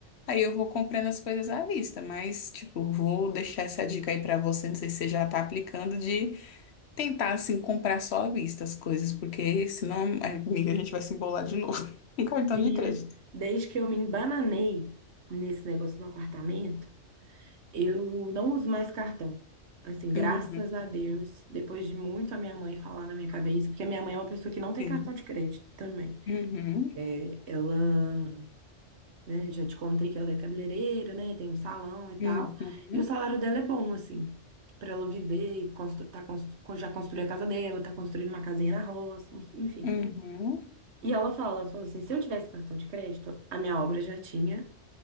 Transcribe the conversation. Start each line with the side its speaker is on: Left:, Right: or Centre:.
Left: Aí eu vou comprando as coisas à vista, mas, tipo, vou deixar essa dica aí pra você, não sei se você já tá aplicando, de tentar, assim, comprar só à vista as coisas, porque senão, amiga, a gente vai se embolar de novo. <laughs> em cartão
Right: Menina,
Left: de crédito.
Right: desde que eu me embananei nesse negócio do apartamento, eu não uso mais cartão. Assim, graças
Left: Uhum,
Right: a Deus, depois de muito a minha mãe falar na minha cabeça, porque a minha mãe é uma pessoa que não tem
Left: sim.
Right: cartão de crédito também.
Left: Uhum,
Right: É, ela né? Já te contei que ela é cabeleireira, né? Tem um salão e tal.
Left: uhum,
Right: E o salário dela é bom, assim, para ela viver, e constru tá constru já construiu a casa dela, tá construindo uma casinha na roça, enfim.
Left: uhum.
Right: E ela fala, ela falou assim, se eu tivesse cartão de crédito, a minha obra já tinha